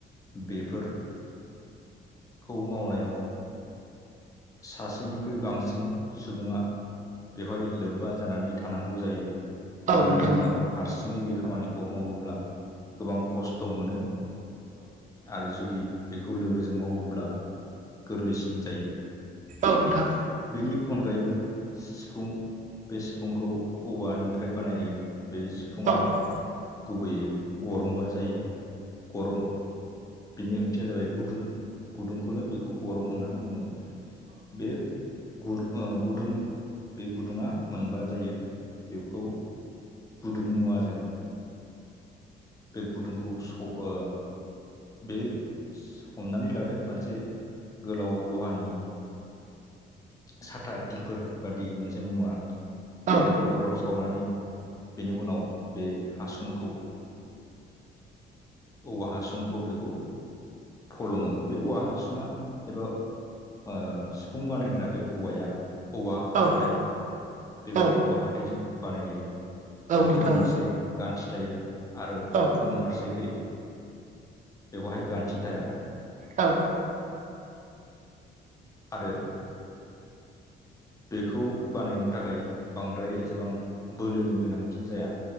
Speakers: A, on the left (about 15°); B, on the right (about 40°).
A: बेफोर खौ मावनायाव सासेनि बांसिन सुबुङा बेवहाय लोब्बा जानानै थानांगौ जायो मानो
B: नोंथां
A: होनोब्ला हारसिङै बे खामानिखौ मावोब्ला गोबां खस्थ' मोनो। आरो जुदि बेखौ लोगोजों मावोब्ला गोरलैसिन जायो।
B: औ नोंथां।
A: बेनि अनगायैबो सिफुं बे सिफुंखौ औवानिफ्राय बानायो। बे सिफुङा
B: औ
A: गुबैयै गरंबा जायो गरं बिनि ओंथिया जाबाय गुदुं गुदुंखौनो बेखौ गरम होननानै बुङो। बे गुर ओ गुदुं बे गुदुङा मोनबा जायो। बेखौ गुदुं मुवाजों बे गुदुंखौ स ओ बे हमनानै लादो मोनसे गोलाव लहानि साथा आइथिंफोर बादि मोनसे मुवा
B: औ
A: बेफोरखौ
B: औ
A: अराव सावनानै बेनि उनाव बे हासुंखौ औवा हासुंखौ बेखौ फलङो बे औवा हासुङा एबा ओ फुं बानायग्रा बे औवाया औवा हाथाइ
B: औ
A: बेबायदि
B: औ
A: औवा हाथाइ जों बानायो। बेवहाय
B: नोंथां
A: मोनसे गान्थि थायो आरो
B: औ
A: उनफारसेखै बेवहाय गान्थि थाया।
B: औ
A: आरो बेखौ बानायनो थाखाय बांद्राय एसेबां बोलोनि गोनांथि जाया।